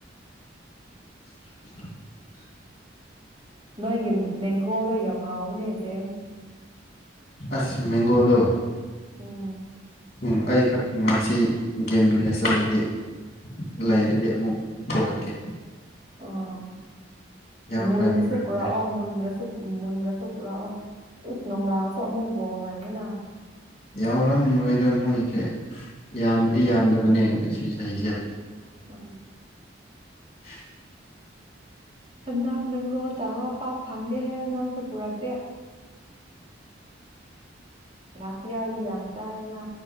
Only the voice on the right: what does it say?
ꯅꯣꯏꯒꯤ ꯃꯦꯡꯒꯣꯗꯣ ꯌꯥꯝ ꯍꯥꯎꯕꯅꯦ ꯆꯦꯡ
ꯎꯝ
ꯑꯣ
ꯃꯨꯟꯕꯁꯨꯨꯄꯨꯔꯥ
ꯑꯣ ꯃꯨꯟꯗ꯭ꯔꯁꯨ ꯎꯝ ꯃꯨꯟꯗ꯭ꯔꯁꯨ ꯄꯨꯔꯥꯛ ꯑꯣ ꯏꯁ ꯅꯨꯡꯗꯥꯡꯁꯨ ꯑꯃꯨꯛ ꯕꯣꯜ ꯂꯩꯌꯦꯅ
ꯑꯝ
ꯍꯟꯗꯛ ꯃꯦꯡꯒꯣ ꯆꯥꯕ ꯄꯥꯛ ꯐꯪꯗꯦꯍꯦ ꯅꯪꯁꯨ ꯄꯨꯔꯛꯇꯦ ꯂꯥꯁꯇ ꯏꯌꯥꯔꯗꯤ ꯌꯥꯝ ꯆꯥꯏꯌꯦꯅꯥ